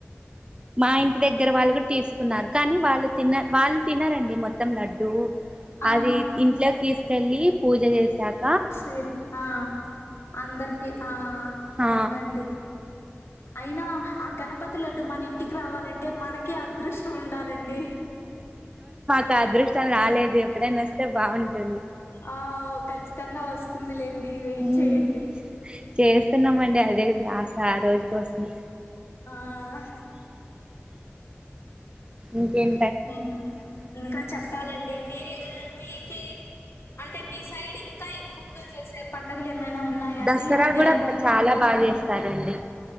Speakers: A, on the right; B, on the left.
A: మాఈన్ ఇంటి దగ్గెర వాళ్ళు గుడ్ తీస్కున్నారు కానీ వాళ్ళు తిన్న వాళ్ళు తినరండి మొత్తం లడ్డు
B: ఆహా
A: అది ఇంట్లేక్ తీస్కెళ్ళీ పూజ జేశార్
B: సీ ఆ అందర్కి ఆ
A: ఆ
B: అవునండి ఐనా ఆ గణపతి లడ్డు మనింటికి రావాలంటే మన కి అదృష్టముండాలండి
A: కా అదృష్టం రాలేదు ఎప్పుడైనొస్తే బావుంటుంది
B: ఆ ఖచ్చితంగా వస్తుందిలేండి వెయిట్
A: ఉమ్
B: చేయ్యండి
A: చేస్తున్నామండి అదే గద దాస్యా ఆ రోజు కోస్మే
B: ఆ
A: ఇంకేం
B: మేము ఇంకా చెప్పాలండి మీరూ మీకి అంటే మీ సైడింకా ఎక్కువుగా జేసే పండగలేమైనా ఉన్నా యా
A: దసరా
B: అండి అంటే
A: కూడా బ
B: నర్మల్
A: చాలా బాగా
B: గా ఆకు
A: చేస్తారండి